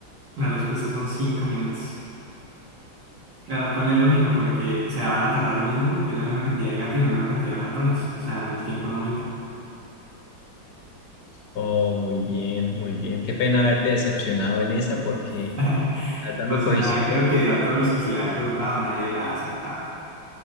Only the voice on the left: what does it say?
Oh, muy bien, muy bien. Qué pena haberte decepcionado en esa porque
la verdad
me cogiste.